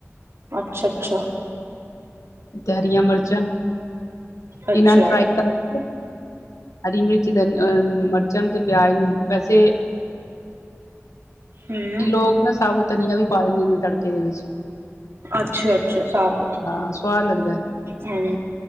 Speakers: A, on the right; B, on the left.
A: ਅੱਛਾ- ਅੱਛਾ।
B: ਤੇ ਹਰੀਆਂ ਮਿਰਚਾਂ
A: ਅੱਛਾ
B: ਇਹਨਾਂ ਨੂੰ ਫਰਾਈ ਕਰ ਹਰੀ ਮਿਰਚਾਂ ਤੇ ਪਿਆਜ ਨੂੰ ਵੈਸੇ
A: ਹੰ
B: ਕਈ ਲੋਕ ਨਾ ਸਬੂਤ ਧਨੀਆ ਵੀ ਪਾ ਦਿੰਦੇ ਨੇ ਤੜਕੇ ਦੇ ਵਿੱਚ
A: ਅੱਛਾ, ਅੱਛਾ, ਸਾਬਤ
B: ਹਾਂ ਸਵਾਦ ਲੱਗਦਾ
A: ਹੰ